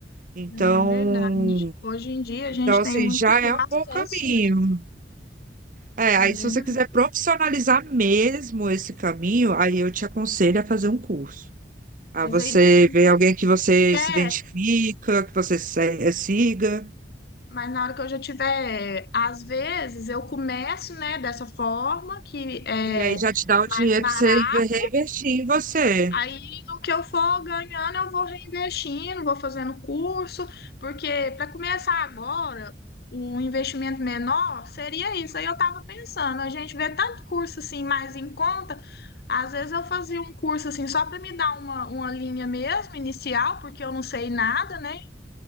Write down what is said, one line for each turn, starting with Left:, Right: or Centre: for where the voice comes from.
Right: Então,
Left: É verdade. Hoje em dia a
Right: então
Left: gente
Right: assim,
Left: tem muito
Right: já é um
Left: acesso,
Right: bom caminho.
Left: né?
Right: É,
Left: É
Right: aí
Left: verdade.
Right: se você quiser profissionalizar mesmo esse caminho, aí eu te aconselho a fazer um curso. A
Left: Mas
Right: você
Left: aí depois
Right: ver alguém que você
Left: é,
Right: se identifica, que você se- eh, siga,
Left: mas na hora que eu já tiver, às vezes eu começo, né, dessa forma que é
Right: e aí já te dá o
Left: mais
Right: dinheiro
Left: barata.
Right: para você inve- reinvestir em você.
Left: Aí, no que eu for ganhando, eu vou reinvestindo, vou fazendo curso, porque para começar agora, o investimento menor seria isso. Aí eu estava pensando, a gente vê tanto curso assim mais em conta, às vezes eu fazia um curso assim só para me dar uma, uma linha mesmo, inicial, porque eu não sei nada, né?